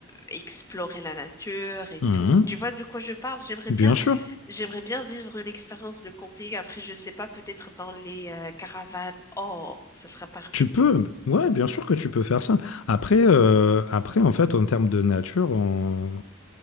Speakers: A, on the left; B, on the left.
A: explorer la nature et
B: hum,
A: tout. Tu vois de quoi je parle? J'aimerais
B: bien
A: bien,
B: sûr.
A: j'aimerais bien vivre une expérience de camping. Après, je sais pas, peut-être dans les euh, caravanes. Oh, ça sera parfait.
B: Tu peux, ouais, bien sûr que tu peux faire ça. Après, euh, après, en fait, en termes de nature, on,